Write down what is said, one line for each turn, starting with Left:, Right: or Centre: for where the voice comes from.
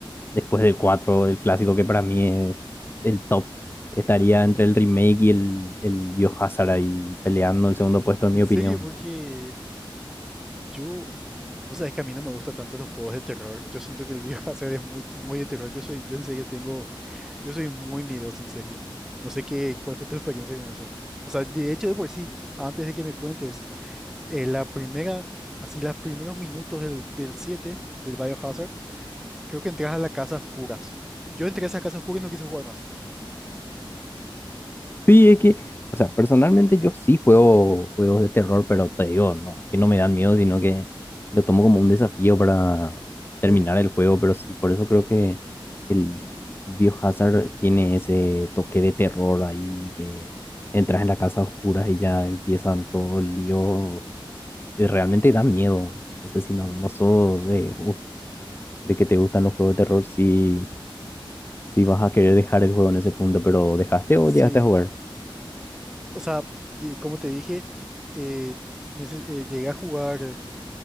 Left: después del 4 el clásico que para mí es el top. Estaría entre el remake y el, el Biohazard ahí peleando el segundo puesto, en
Centre: En
Left: mi
Centre: serio,
Left: opinión.
Centre: porque Yo, vos sabés que a mí no me gustan tanto los juegos de terror. Yo siento que el League of Hazard <laughs> es muy, muy de terror. Yo soy, yo en serio tengo, yo soy muy miedoso, en serio. No sé qué, cuál fue tu experiencia con eso. O sea, de hecho, de por sí, antes de que me cuentes, eh, la primera, así, los primeros minutos del, del 7, del Biohazard, creo que entras a la casa oscuras. Yo entré a esa casa oscura y no quise jugar más.
Left: Sí, es que, o sea, personalmente yo sí juego juegos de terror, pero te digo, no, es que no me dan miedo, sino que lo tomo como un desafío para
Centre: Sí,
Left: terminar el juego, pero sí, por eso creo que el Biohazard tiene ese toque de terror ahí que entras en la casa oscura y ya empiezan todo el lío y realmente da miedo. Entonces, si no, no sos de, uh, de que te gustan los juegos de terror, sí, sí vas a querer dejar el juego en ese punto, pero ¿dejaste
Centre: sí.
Left: o llegaste a jugar?
Centre: O sea, ye- como te dije, eh, nece- eh, llegué a jugar